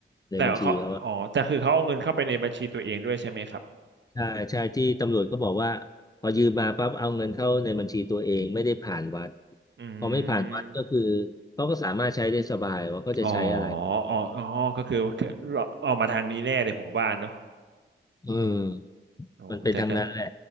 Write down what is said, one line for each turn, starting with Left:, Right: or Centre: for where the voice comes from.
Left: ในบัญชีเขาอะ
Right: แต่เขาอ๋อแต่คือเขาเอาเงินเข้าไปในบัญชีตัวเองด้วยใช่ไหมครับ
Left: ใช่ใช่ที่ตำรวจก็บอกว่าพอยืมมาปั๊บเอาเงินเข้าในบัญชีตัวเองไม่ได้ผ่านวัด
Right: อื
Left: พอไม่ผ่านวัดก็คือ
Right: ม
Left: เขาก็สามารถใช้ได้สบายว่าเขาจะใช้อะไร
Right: อ๋ออ๋ออ๋อก็คือออกมาทางนี้แน่เลยผมว่าเนอะ
Left: อืม
Right: โอ้แต่ก็
Left: มันเป็นทางนั้นแหละ